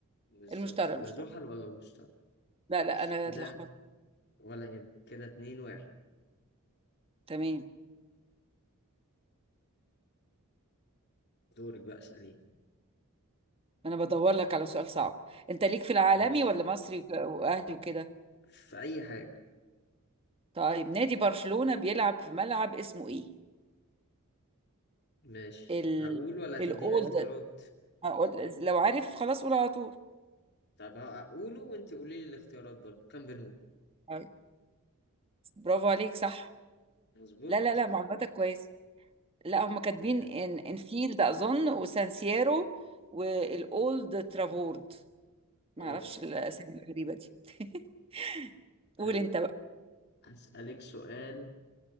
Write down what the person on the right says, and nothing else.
المشترى
المشترى
لا
لا أنا
اتلخبطت
تمام
أنا بدور لك على سؤال صعب أنت ليك في العالمي
ولا مصري وك- وأهلي وكده
طيب نادي برشلونة بيلعب في ملعب اسمه إيه؟
ال
الأولد
هقول- لو عارف خلاص قول على طول
طيب برافو عليك صح
لا لا لا معلوماتك كويسة لا هم كاتبين
ان انفيلد اظن وسانسيرو والاولد ترافورد
ما اعرفش الاسامي الغريبه دي <laughs> قول
انت بقى